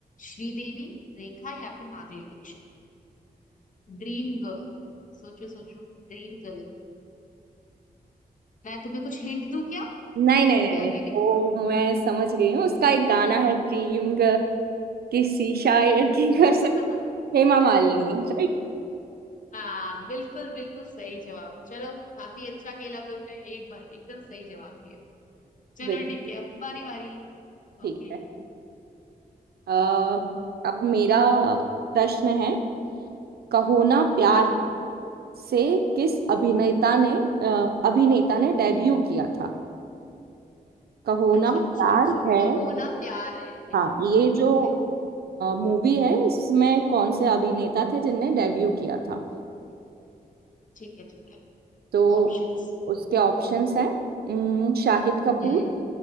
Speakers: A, on the left (about 55°); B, on the right (about 85°).
A: श्रीदेवी रेखा या फिर माधुरी दीक्षित ड्रीम गर्ल सोचो सोचो ड्रीम गर्ल मैं तुम्हें कुछ हिंट दूं क्या
B: नहीं नहीं
A: उसके
B: नहीं नहीं,
A: आगे भी
B: ओ मैं समझ गई हूँ उसका एक गाना है ड्रीम गर्ल किसी शायर की
A: <laughs>
B: कसम हेमा मालिनी राइट
A: हाँ बिल्कुल बिल्कुल सही जवाब चलो काफी अच्छा खेला तुमने एक बार एकदम सही जवाब दिया चलो
B: बिल्कुल
A: ठीक है अब तुम्हारी बारी
B: ठीक
A: ओके
B: है अ, अब मेरा प्रश्न है कहो ना प्यार
A: हाँ हाँ
B: से किस अभिनेता ने अ, अभिनेता ने डेब्यू किया था कहो
A: अच्छा
B: ना प्यार
A: अच्छा अच्छा
B: है
A: कहो ना प्यार है
B: हाँ ये
A: ओके
B: जो
A: ओके
B: मूवी है इसमें कौन से अभिनेता थे जिनने डेब्यू किया था
A: ठीक है ठीक है
B: तो
A: ऑप्शंस
B: उसके ऑप्शंस हैं अम, शाहिद कपूर
A: हम्म